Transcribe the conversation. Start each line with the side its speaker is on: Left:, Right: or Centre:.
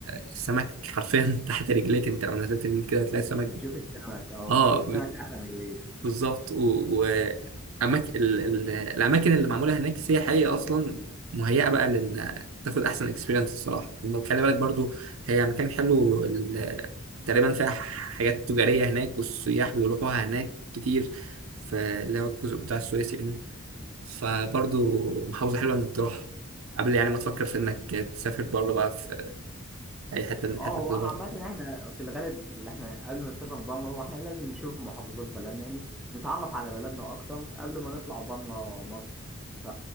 Right: السمك حرفيا <laughs> تحت رجليك أنت لو نزلت رجلك كده تلاقي السمك
Centre: بتشوف السمك اه
Right: آه
Centre: بتشوف السمك تحت رجليك
Right: بالظبط وأماكن الأماكن اللي معمولة هناك سياحية أصلا مهيئة بقى لأن تاخد أحسن اكسبيرينس الصراحة لأنه خلي بالك برضو هي مكان حلو ال- تقريبا فيها حاجات تجارية هناك والسياح بيروحوها هناك كتير فاللي هو الجزء بتاع السويس يعني فبرضو محافظة حلوة إنك تروحها قبل يعني ما تفكر في إنك تسافر بره بقى في أي حتة من
Centre: اه
Right: الحتت
Centre: هو
Right: اللي
Centre: عامة
Right: بره إن
Centre: احنا في الغالب اللي احنا قبل ما نسافر بره هو احنا لازم نشوف محافظات بلدنا يعني نتعرف على بلدنا اكتر قبل ما نطلع بره مصر ف...